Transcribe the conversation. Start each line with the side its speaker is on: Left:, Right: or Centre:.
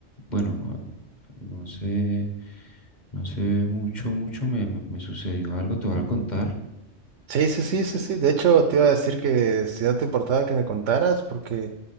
Left: bueno, no, no sé, no sé mucho, mucho me, me me sucedió algo, te voy a contar.
Right: Sí, sí, sí, sí, sí. De hecho, te iba a decir que si no te importaba que me contaras, porque